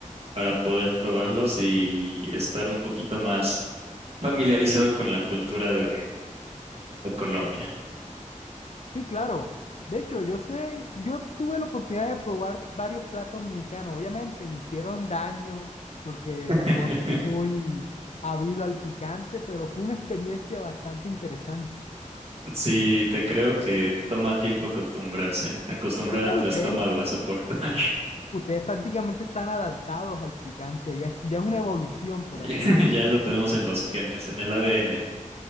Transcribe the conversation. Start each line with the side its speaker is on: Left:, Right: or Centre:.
Right: para poder probarlos y estar un poquito más familiarizado con la cultura de de Colombia.
Left: Sí, claro. De hecho, yo sé, yo tuve la oportunidad de probar varios platos mexicanos. Obviamente me hicieron daño porque
Right: <laughs>
Left: no soy muy habido al picante, pero fue una experiencia bastante interesante.
Right: Sí, te creo que toma tiempo acostumbrarse, acostumbrar
Left: Sí, claro,
Right: a tu estómago
Left: ustedes,
Right: a soportar. <laughs>
Left: ustedes prácticamente están adaptados al picante. Ya es, ya es una evolución, por
Right: Ya
Left: así decirlo.
Right: ya lo tenemos en los genes, en el ADN.